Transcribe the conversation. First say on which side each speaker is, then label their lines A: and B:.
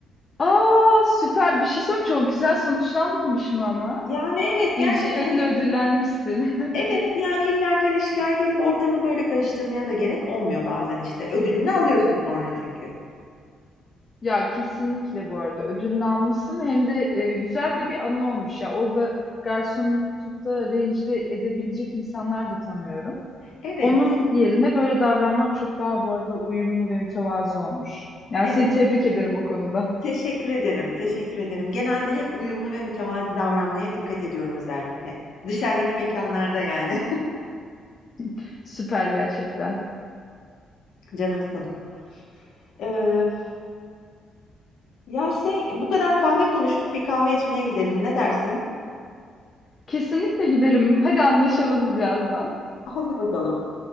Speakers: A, on the left (about 35°); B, on the left (about 75°).
A: Aa süper. Bir şey söyleyeyim. mi? Çok güzel sonuçlanmamış mı ama?
B: Yani evet
A: İnceliğinle
B: gerçekten hani
A: ödüllenmişsin.
B: evet
A: <laughs>
B: yani illerken hani şikayet edip ortamı böyle karıştırmaya da gerek olmuyor bazen işte. Ödülünü alıyorsun sonra çünkü.
A: Ya kesinlikle bu arada ödülünü almışsın hem de e, güzel de bir anı olmuş ya. Orada garsonu tutup da rencide edebilecek insanlar da tanıyorum.
B: Evet,
A: Onun yerine böyle davranmak çok daha bu arada uyumlu ve mütevazi olmuş. Yani
B: evet.
A: seni tebrik ederim o konuda.
B: Teşekkür ederim, teşekkür ederim. Genelde hep uyumlu ve mütevazi davranmaya dikkat ediyorum özellikle. Dışarıdaki mekanlarda yani.
A: <laughs> Süper gerçekten.
B: <laughs> Canımsın. Ee, ya şey bu kadar kahve konuştuk bir kahve içmeye gidelim ne dersin?
A: Kesinlikle gidelim. Hadi anlaşalım birazdan.
B: Hadi bakalım.